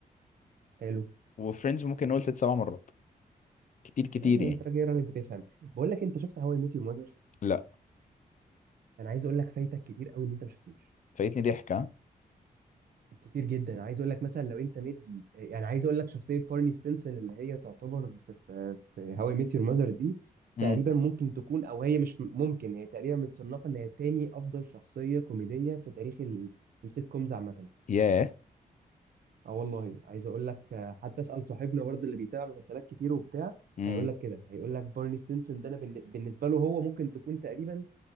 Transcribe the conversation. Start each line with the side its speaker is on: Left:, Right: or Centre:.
Right: حلو
Left: وفريندز ممكن نقول ست سبع مرات كتير كتير
Right: يعني
Left: يعني
Right: انت راجل راجل بتفهم بقول لك انت شفت هواي ميت يور
Left: لا
Right: انا عايز اقول لك فايتك كتير قوي ان انت ما شفتوش
Left: فايتني ضحكه
Right: كتير جدا انا عايز اقول لك مثلا لو انت مدي يعني عايز اقول لك شخصيه بارني ستينسون اللي هي تعتبر في في في هاو اي ميت يور ماذر دي
Left: امم
Right: تقريبا ممكن تكون او هي مش م- ممكن هي تقريبا متصنفه ان هي تاني افضل شخصيه كوميديه في تاريخ ال- السيت كومز عامه
Left: ياه
Right: اه والله عايز اقول لك آه، حتى اسال صاحبنا برضه اللي بيتابع مسلسلات كتير وبتاع
Left: امم
Right: هيقول لك كده هيقول لك بارني ستينسون ده انا بالن- بالنسبه له هو ممكن تكون تقريبا